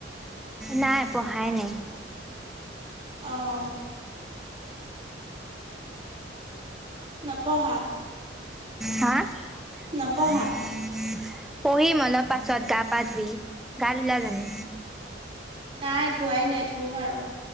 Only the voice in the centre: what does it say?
নাই পঢ়াই নেই।
হা? <unintelligible>
পঢ়িম অলপ পাছত গা-পা ধুই গা ধুলা জানো?